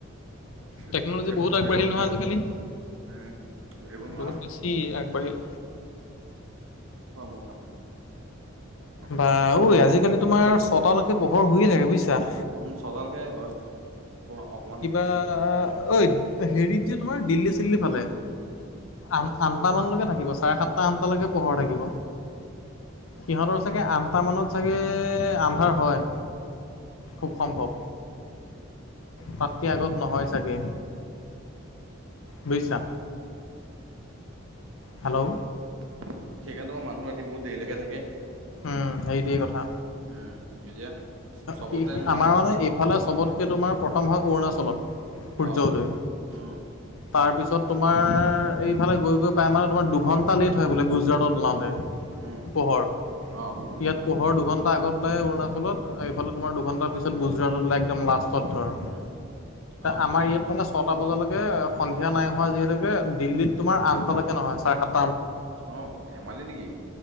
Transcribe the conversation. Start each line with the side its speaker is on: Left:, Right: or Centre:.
Right: হুহ,
Left: টেকন'লজি
Right: এইবোৰত
Left: বহুত আগবাঢ়িল
Right: ধৰিব নোৱাৰা।
Left: নহয় আজিকালি
Right: উম। ধৰিব নোৱাৰা।
Left: বহুত বেছি আগবাঢ়িল।
Right: অ', মোৰ কাম। অকমান।
Left: বাহ ঐ, আজিকালি তোমাৰ ছটালৈকে পোহৰ হৈয়েই থাকে, বুজিছা?
Right: উম, ছটালৈকে হয়। অকমান
Left: কিবা ঐ
Right: উম।
Left: হেৰিত যে, তোমাৰ দিল্লী চিল্লীৰ ফালে। আ আঠটামানলৈকে থাকিব, চাৰে সাতটা আঠটালৈকে পোহৰ থাকিব,
Right: মুম্বাইৰ
Left: সিহঁতৰ
Right: ফালে নহয়।
Left: চাগে আনটা মানত চাগে আন্ধাৰ হয়, খুব সম্ভৱ। তাতকে আগত নহয় চাগে, বুজিছা?
Right: সেইকাৰণেতো
Left: হেল্ল'
Right: আমাৰ মানুহ ৰাতি বহুত দেৰিলৈকে থাকে।
Left: উম, সেইটোৱেই কথা।
Right: উম, এতিয়া চবতে
Left: সি,
Right: নোৱাৰে।
Left: আমাৰ মানে এইফালে চবতকে তোমাৰ প্ৰথম হয় অৰুণাচলত। সূৰ্য্যউদয়।
Right: অ', উম,
Left: তাৰপিছত তোমাৰ এইফালে গৈ গৈ পাই মানে তোমাৰ দুঘণ্টা লেট হয় বোলে, গুজৰাটত ওলাওঁতে।
Right: উম,
Left: পোহৰ,
Right: অ',
Left: ইয়াত পোহৰ দুঘন্টা আগত উলাই অৰুণাচলত। সেইফাল তোমাৰ দুঘণ্টা পিছত গুজৰাটত উলাই, একদম লাষ্ট চত ধৰ,
Right: উম, অ',
Left: আমাৰ ইয়াত মানে ছটা বজালৈ কে সন্ধিয়া নাই হোৱা যিহেতুকে, দিল্লীত তোমাৰ আনতা লৈকে নহয়, চাৰে সাত
Right: অ', ধেমালি নেকি